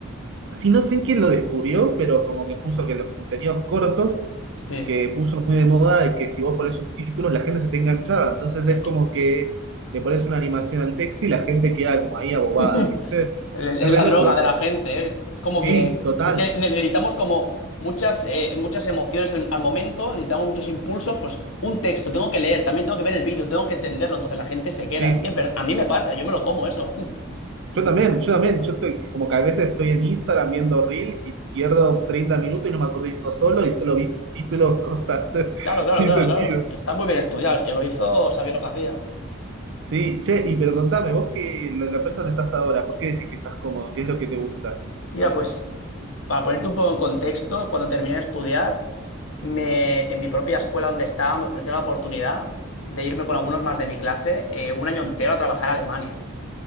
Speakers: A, on the right (about 60°); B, on the left (about 75°).
A: si no sé quién lo descubrió, pero como que puso que los contenidos cortos,
B: Sí.
A: que puso muy de moda y que si vos pones subtítulos la gente se te enganchada. Entonces
B: Es
A: es
B: que...
A: como que le pones una animación al texto y la gente queda como ahí abobada,
B: <laughs>
A: ¿viste?
B: Es es
A: Es re
B: la
A: loco
B: droga
A: eso.
B: de la gente, ¿eh? Es, es como
A: Sí,
B: que,
A: total,
B: es que necesitamos como muchas, eh, muchas emociones en- al momento, necesitamos muchos impulsos, pues un texto, tengo que leer, también tengo que ver el vídeo, tengo que entenderlo, entonces la gente se queda.
A: sí.
B: Así que es verdad, a mí me pasa, yo me lo como eso. <laughs>
A: Yo también, yo también, yo estoy, como que a veces estoy en Instagram viendo Reels y pierdo 30 minutos y no me acuerdo de uno solo y solo vi subtítulos, cosas <laughs>
B: Claro, claro,
A: sin
B: claro,
A: sentido.
B: claro. Está muy bien estudiado, el que lo hizo sabía lo que hacía.
A: Sí, che, y pero contame, vos que la, la empresa donde estás ahora, ¿por qué decís que estás cómodo? ¿Qué es lo que te gusta?
B: Mira, pues para ponerte un poco en contexto, cuando terminé de estudiar, me, en mi propia escuela donde estaba me ofreció la oportunidad de irme con algunos más de mi clase eh, un año entero a trabajar a Alemania.